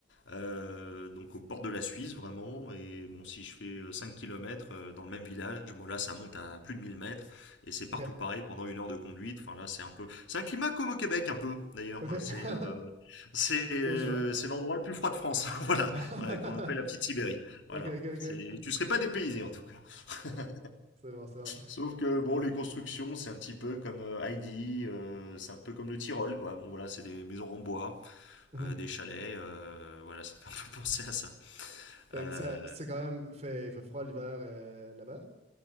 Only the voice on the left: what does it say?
euh, donc au port de la Suisse vraiment. Et bon, si je fais euh, 5 kilomètres euh, dans le même village, bon là ça monte à plus de mille mètres et c'est partout
pareil pendant une heure de conduite. Enfin là c'est un peu, c'est un climat comme au Québec un peu d'ailleurs.
C'est
euh, c'est euh,
c'est l'endroit le plus froid de France, <laughs> voilà,
Voilà, qu'on appelle la petite Sibérie. Voilà,
c'est tu serais pas dépaysé en tout cas. <laughs>
Sauf que bon, les constructions, c'est un petit peu comme euh, Heidi, euh, c'est un peu comme le Tyrol, quoi. Bon, voilà, c'est des maisons en bois
euh, des chalets, euh, voilà, ça fait un peu <laughs> penser à ça.
Euh,